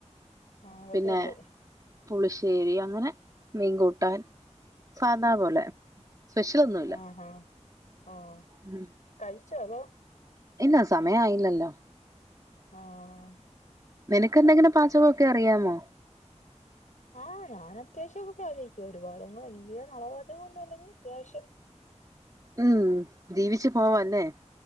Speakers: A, on the left; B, on the right.
A: ആഹ് അതൊക്കെ
B: പിന്നെ
A: ഉള്ളൂ
B: പുളിശ്ശേരി അങ്ങനെ മീങ്കൂട്ടാൻ സാദാ പോലെ സ്പെഷലൊന്നുഇല്ല
A: ആഹ് ആഹ് ഓഹ്
B: ഉം
A: കഴിച്ചോ അതോ
B: ഇല്ല സമയായില്ലല്ലൊ
A: ആഹ്
B: നിനകെന്തെങ്കിലും പാചകൊക്കെ അറിയാമോ
A: ആഹ് ഞാനത്യാവശ്യോക്കെ പാലൊഴിക്കും ഒരുപാടൊന്നും വല്യേ നളപാചകൊന്നും അല്ലെങ്കിലു അത്യാവശ്യം
B: ഉം ജീവിച്ചു പോവാല്ലെ